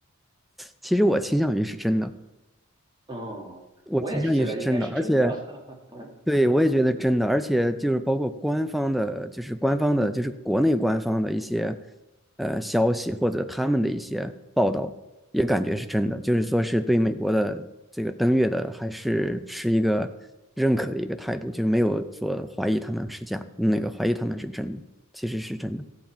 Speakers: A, in the centre; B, on the right (about 20°).
A: 其实我倾向于是真的，
B: 哦，
A: 我倾向于是真的，
B: 我也是觉得应该是真的。
A: 而且
B: <laughs>
A: 对，我也觉得真的，而且就是包括官方的，就是官方的，就是国内官方的一些呃消息或者他们的一些报道，也感觉是真的，就是说是对美国的这个登月的还是持一个认可的一个态度，就是没有说怀疑他们是假，那个怀疑他们是真的，其实是真的。